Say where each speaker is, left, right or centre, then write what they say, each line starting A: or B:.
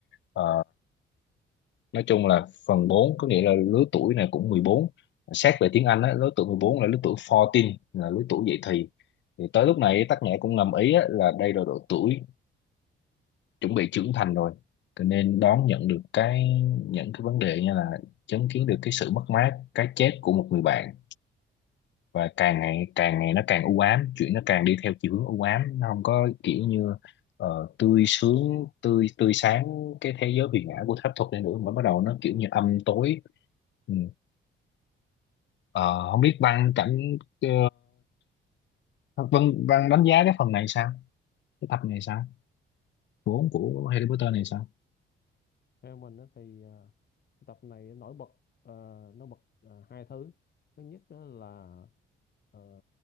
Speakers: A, on the left; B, on the left.
A: ờ, nói chung là phần bốn có nghĩa là lứa tuổi này cũng mười bốn xét về tiếng Anh á, lứa tuổi 14 là lứa tuổi 14 là lứa tuổi dậy thì thì tới lúc này tác giả cũng ngầm ý á, là đây là độ tuổi chuẩn bị trưởng thành rồi cho nên đón nhận được cái những cái vấn đề như là chứng kiến được cái sự mất mát cái chết của một người bạn và càng ngày càng ngày nó càng u ám chuyện nó càng đi theo chiều hướng u ám nó không có kiểu như ờ, tươi sướng tươi tươi sáng cái thế giới huyền ảo của phép thuật này nữa mà bắt đầu nó kiểu như âm tối ừ. Ờ, không biết Văn cảm ờ, Văn Văn đánh giá cái phần này sao cái tập này sao của của Harry Potter này sao
B: theo mình đó thì ờ, tập này nổi bật ờ, nó bật ờ, hai thứ thứ nhất á là ờ,